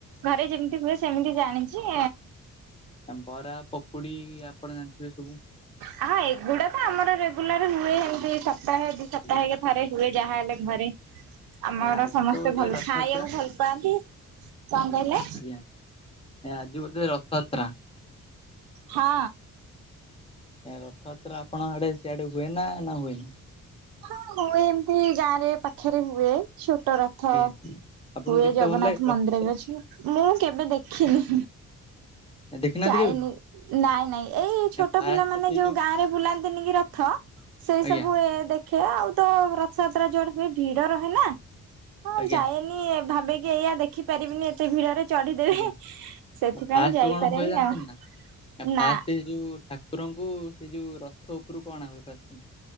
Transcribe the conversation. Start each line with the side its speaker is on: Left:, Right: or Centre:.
Right: ଘରେ ଯେମିତି ହୁଏ ସେମିତି ଜାଣିଚି।
Left: ବରା ପକୁଡି ଆପଣ ଜାଣିଥିବେ ସବୁ।
Right: ହଁ ଏଗୁଡା ତ ଆମର ରେଗୁଲାର ହୁଏ ଏମିତି ସପ୍ତାହେ ଦି ସପ୍ତାହ
Left: ଆଜ୍ଞା।
Right: କେ ଘରେ ହୁଏ ଯାହା ହେଲେ ଘରେ ଆମର
Left: ଆଜି
Right: ସମସ୍ତେ
Left: ତ ବୋଧେ
Right: ଭଲ
Left: ରଥଯାତ୍ରା
Right: ଖାଇବାକୁ ଭଲ ପାଆନ୍ତି। କଣ କହିଲେ?
Left: ଆଜ୍ଞା ଆଜି ବୋଧେ ରଥଯାତ୍ରା।
Right: ହଁ।
Left: ଏ ରଥଯାତ୍ରା ଆପଣ ଆଡେ ସିଆଡେ ହୁଏ ନା ନା ହୁଏନି।
Right: ହଁ ହୁଏ ଏମିତି ଗାଁ ରେ ପାଖେରେ ହୁଏ ଛୋଟରା। ଥ
Left: ଆଜ୍ଞା? ଆପଣଙ୍କୁ
Right: ହୁଏ
Left: ଦେଖିତେ
Right: ଜଗନ୍ନାଥ
Left: ଭଲ ଲାଗେ ରଥଯାତ୍ରା
Right: ମନ୍ଦିର ବି ଅଛି ମୁଁ କେବେ ଦେଖିନି।
Left: ଦେଖିନାହାନ୍ତି
Right: ଚାଇନି
Left: କେବେ?
Right: ନାଇଁ ନାଇଁ ଏଇ ଛୋଟ
Left: ଫାଷ୍ଟ
Right: ପିଲାମାନୋନେ
Left: ସେ
Right: ଯୋଉ ଗାଁ ରେ ବୁଲାନ୍ତିନି କି ର ଥ ସେଏ
Left: ଆଜ୍ଞା
Right: ସବୁ ଏ ଦେଖେ ଆଉ ତ ରଥଯାତ୍ରା ଯୁଆଡେ ଏ ଭିଡ ରହେ ନା ହଁ
Left: ଆଜ୍ଞା
Right: ଯାଏନି ଭାବିକି ଏଇଆା ଦେଖିପାରିବିନି ଏତେ ଭିଡରେ। ଚଢିଦେବେ
Left: ଆଜ୍ଞା
Right: ସେଥିପାଇଁ
Left: ଫାଷ୍ଟ
Right: ଯାଇପାରେନି
Left: କଣ ହୁଏ ଜାଣିଛନ୍ତି
Right: ଆଉ
Left: ନା? ଫାଷ୍ଟ
Right: ନାଁ।
Left: ସେ ଯୋଉ ଠାକୁରଙ୍କୁ ସେ ଯୋଉ ରଥ ଉପୁରୁକୁ ଅନହୁଏ ଫାଷ୍ଟେ